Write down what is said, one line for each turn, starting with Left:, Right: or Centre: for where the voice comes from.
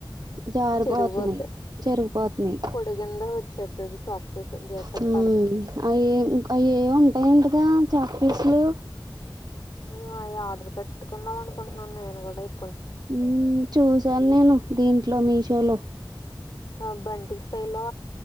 Right: జారిపోతున్నాయ్
Left: చెరిగిపోద్ది
Right: జరిగిపోతున్నాయి
Left: పొడుగింద వచ్చేద్ది అది చాక్ పీస్ గీతకి
Right: హ్మ్మ్
Left: పడదు
Right: అవిే అయేవో ఉంటాయంట టా చాక్పీసులు
Left: అ ఆర్డర్ పెట్టుకుందాం అనుకుంటున్నాను నేను కూడా ఇ
Right: హ్మ్మ్ చూసాను నేను దీంట్లో మీషోలో
Left: ఆ బంటి స్టైల్ లో